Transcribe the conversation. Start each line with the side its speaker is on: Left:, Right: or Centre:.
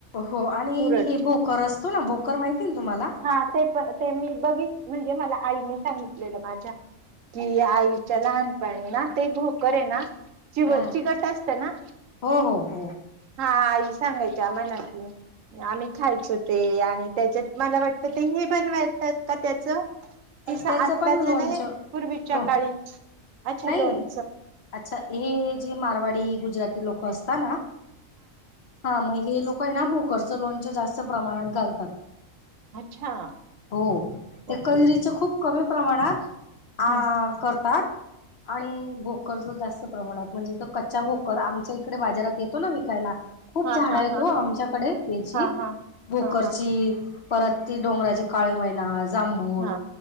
Left: हो आणि
Right: तुरट
Left: हे भोकर असतो ना भोकर माहिती ना तुम्हाला
Right: हा ते पण ते मी बघित म्हणजे मला आईनी सांगितलेलं माझ्या कि आईच्या लहान पहिला ते भूकर ये ना चिवट
Left: हा
Right: चिगट असतना
Left: हो हो हो
Right: हा ते सांगायचे आम्हाला कि आम्ही खायचो ते आणि त्याच्यात मला वाटत ते हे बनवायचात का त्याच तस
Left: त्याचं
Right: आत्ताच
Left: पण लोणचं
Right: ना हे पूर्वीच्या
Left: लो
Right: काळी अच्छा
Left: नाही
Right: लोन
Left: अच्छा हे जे मारवाडी गुजराती लोक अस हा ना हा मग हे लोक प हे ना लोणच जास्त प्रमाणात घालतात
Right: अच्छा
Left: हो ते
Right: ओके
Left: कैरीच कमी प्रमाणात आ
Right: हम्म
Left: करतात आणि भोकरच जास्त प्रमाणात म्हणजे तर कच्चा भोकर आमच्या इकडे बाजारात येतो ना विकायला खूप
Right: हा
Left: झाड
Right: हा
Left: हेतवो
Right: हा
Left: आमच्याकडे याची
Right: हा हा
Left: भोकरची
Right: हा हा
Left: परत ती डोंगराची काळी मैना आज जांभूळ
Right: हा